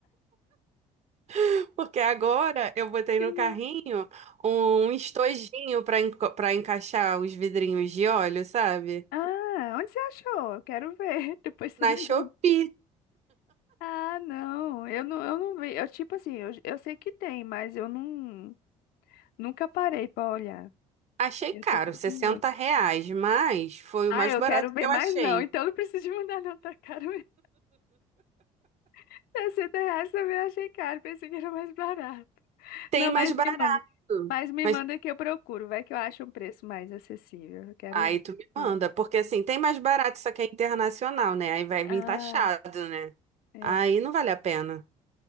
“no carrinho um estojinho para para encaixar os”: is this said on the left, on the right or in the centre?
Right